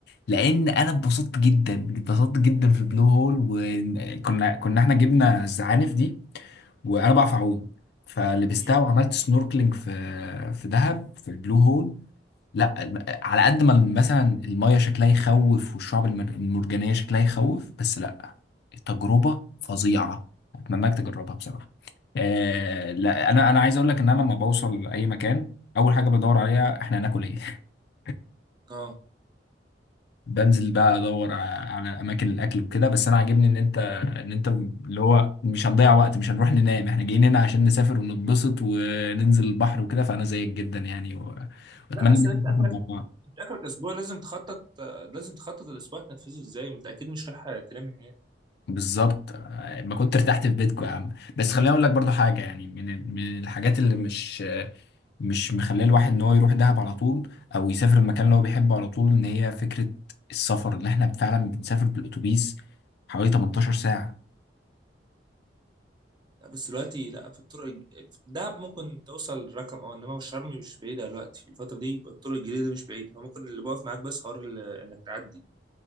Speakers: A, on the left (about 65°); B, on the right (about 25°).
A: لأن أنا اتبسطت جدا اتبسطت جدا في البلو هول وكنا كنا احنا جبنا الزعانف دي وأنا بعرف أعوم فلبستها
B: مم.
A: وعملت سنوركلينج في في دهب في البلو هول لا الم- على قد ما مثلا المية شكلها يخوف والشعب المر- المرجانية شكلها يخوف بس لا التجربة فظيعة اتمناك تجربها بصراحة آه لا انا انا عايز اقول لك ان انا لما بوصل اي مكان اول حاجة بدور عليها احنا هناكل ايه <laughs>
B: اه
A: بنزل بقى ادور ع- على اماكن الاكل وكده بس انا عاجبني ان انت ان انت اللي هو مش هنضيع وقت مش هنروح ننام احنا جايين هنا عشان نسافر ونتبسط وننزل البحر وكده فانا زيك جدا يعني و- واتمنى
B: لا اصل
A: ان احنا
B: انت
A: نسافر
B: اخرك
A: مع بعض
B: انت اخرك اسبوع لازم تخطط آه، لازم تخطط الاسبوع تنفذه ازاي ما انت اكيد مش رايح تنام هناك
A: بالظبط آه، ما كنت ارتحت في بيتكم يا عم بس خليني اقول لك برضو حاجه يعني من ال- من الحاجات اللي مش آه، مش مخليه الواحد ان هو يروح دهب على طول او يسافر المكان اللي هو بيحبه على طول ان هي فكره السفر اللي احنا فعلا بنسافر بالاتوبيس حوالي 18 ساعه
B: لا، بس دلوقتي لا في الطرق الج- في دهب ممكن توصل رقم او انما شرم مش بعيده دلوقتي في الفتره دي يبقى الطرق الجديده مش بعيده هو ممكن اللي بقف معاك بس حوار ال- انك تعدي